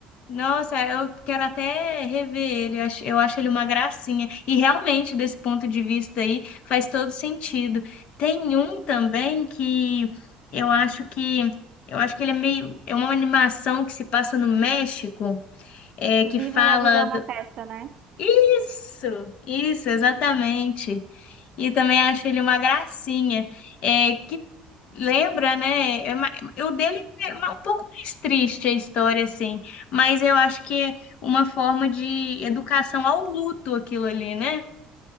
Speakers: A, on the left; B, on the right.
A: Nossa, eu quero até rever ele. Eu acho eu acho ele uma gracinha. E realmente, desse ponto de vista aí, faz todo sentido. Tem um também que eu acho que eu acho que ele é meio é uma animação que se passa no México, é que
B: Viva
A: fala
B: la vida é
A: do...
B: uma festa, né?
A: Isso, isso, exatamente. E também acho ele uma gracinha. É, que lembra, né? é ma- O dele é ma- um pouco mais triste a história, assim. Mas eu acho que é uma forma de educação ao luto aquilo ali, né?